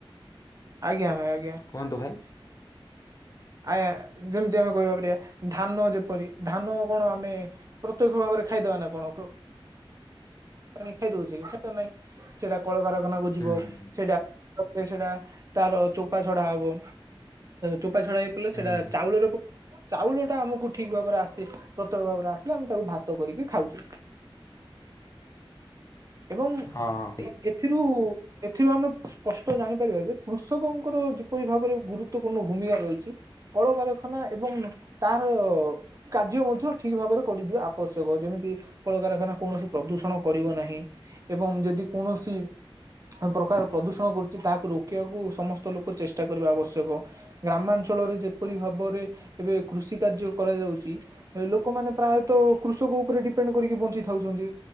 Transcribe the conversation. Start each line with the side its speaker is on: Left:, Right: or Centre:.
Right: ଆଜ୍ଞା ଆଜ୍ଞା।
Left: କୁହନ୍ତୁ ଭାଇ?
Right: ଆଜ୍ଞା ଯେମିତି ଆମେ କହିବା ପାରିବା ଧାନ ଯେପରି ଧାନ କଣ ଆମେ ପ୍ରତ୍ୟକ ଭାବରେ ଖାଇଦବା ନା କଣ
Left: ହଁ <inaudible>
Right: ପାଣି ଖାଇ ଦଉଛେ ସେଇଟା ନାଇଁ ସେଟା କଳକାରଖାନାକୁ ଯିବ
Left: ହୁଁ
Right: ସେଇଟା ତାରେ ସେଟା ତାର ଚୋପା ଛଡା ହବ ଚୋପା ଛଡା ଲେ
Left: ହୁଁ
Right: ସେଟା ଚାଉଳର ଚାଉଳ ଟା ଆମକୁ ଠିକ ଭାବରେ ଆସେ ପ୍ରତ୍ୟେକ ଭାବରେ ଆସିଲେ ଆମେ ତାକୁ ଭାତ କରିକି ଖାଉଛେ। ଏବଂ
Left: ହଁ।
Right: ଏଥିରୁ ଏଥିରୁ ଆମେ ସ୍ପଷ୍ଟ ଜାଣିପାରିବା ଯେ କୃଷକଙ୍କର ଯେପରି ଭାବରେ ଗୁରୁତ୍ୱପୂର୍ଣ୍ଣ ଭୂମିକା ରହିଛି। କଳକାରଖାନା ଏବଂ ତାର କାର୍ଯ୍ୟ ମଧ୍ୟ ଠିକ ଭାବରେ କରିଦିବା ଆବଶ୍ୟକ ଯେମିତି ମିତି କଳକାରଖାନା କୌଣସି ପ୍ରଦୂଷଣ କରିବ ନାହିଁ ଏବଂ ଯଦି କୌଣସି ପ୍ରକାର ପ୍ରଦୂଷଣ କରୁଛି ତାହାକୁ ରୋକିବାକୁ ସମସ୍ତ ଲୋକ ଚେଷ୍ଟା କରିବା ଆବଶ୍ୟକ ଗ୍ରାମାଞ୍ଚ ଅଳରେ ଯେପରି ଭାବରେ ଏବେ କୃଷି କାର୍ଯ୍ୟ କରାଯାଉଛି ଲୁ ଲୋକମାନେ ପ୍ରାୟତଃ କୃଷକ ଉପରେ ଡିପେଣ୍ଡ କରିକି ବଞ୍ଚି ଥାଉଛନ୍ତି